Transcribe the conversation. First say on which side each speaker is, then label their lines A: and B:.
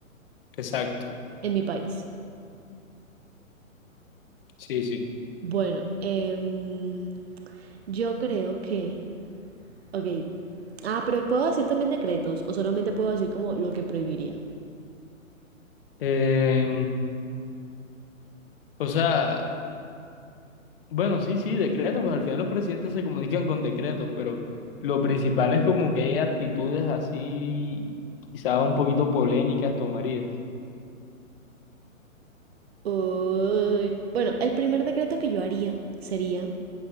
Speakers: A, on the left (about 40°); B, on the right (about 50°).
A: Exacto.
B: en mi país?
A: Sí, sí.
B: Bueno, eh. Yo creo que, ok. Ah, pero puedo decir también decretos o solamente puedo decir como lo que prohibiría.
A: Eh, o sea, Bueno, sí, sí, decretos, pues al final los presidentes se comunican con decretos, pero lo principal es como que hay actitudes así, quizá un poquito polémicas tomarías.
B: Uy, Bueno, el primer decreto que yo haría sería